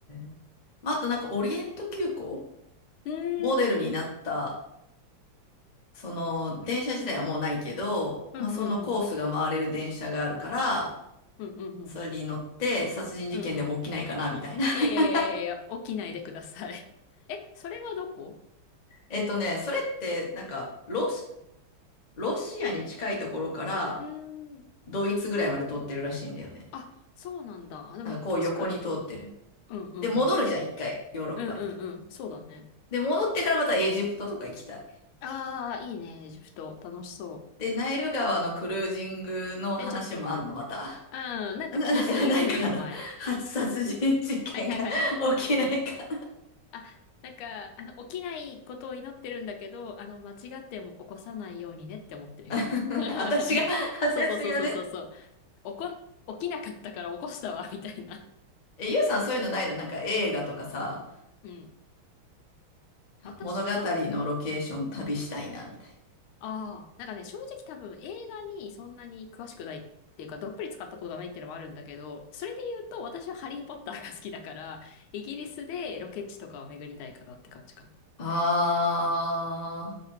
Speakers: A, on the left (about 60°); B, on the left (about 80°).
A: えまあ、あとなんかオリエント急行
B: うーん。
A: モデルになったその電車自体はもうないけど、
B: うんうんうん。
A: まあ、そのコースが回れる電車があるから、
B: うんうんうん。
A: それに乗って殺人事件でも起きないかなみたいな。
B: うんうん。
A: <laughs>
B: いやいやいやいやいや、起きないでください。<laughs> え、それはどこ
A: えっとね、それってなんかロシ、ロシアに近いところから
B: うーん。
A: ドイツぐらいまで通ってるらしいんだよね。
B: あ、そうなんだ。あでも確かに。
A: なんかこう横に通ってる。
B: うんうんうん。
A: で、戻るじゃん、
B: て、
A: 一回、ヨーロッパに。
B: うんうんうん。そうだね。
A: で、戻ってからまたエジプトとか行きたい。
B: ああ、いいね、エジプト。楽しそ
A: で、ナイル川のクルージングの話もあんの、
B: う。え、ちょっと待って。
A: また。
B: うん、なんか聞いた気がするよ、
A: <laughs> なんかあの、
B: 前。
A: 初殺人事件が
B: はいはいはいはい。
A: <laughs> 起きないか
B: あ、なんか、あの、起きないことを祈ってるんだけど、あの、間違っても起こさないようにねって思ってるよ。
A: <laughs>
B: <laughs>
A: 私が、私がね。
B: そうそうそうそうそうそう。起こ、起きなかったから起こしたわ、<laughs> みたいな。
A: え、ゆうさんそういうのないのなんか映画とかさ、
B: うん。私は、
A: 物語のロケーション旅したいな、みたいな。
B: ああ、なんかね、正直多分映画にそんなに詳しくないっていうか、どっぷり使ったことがないっていうのもあるんだけど、それで言うと私はハリーポッターが好きだから、イギリスでロケ地とかを巡りたいかなって感じかな。
A: あ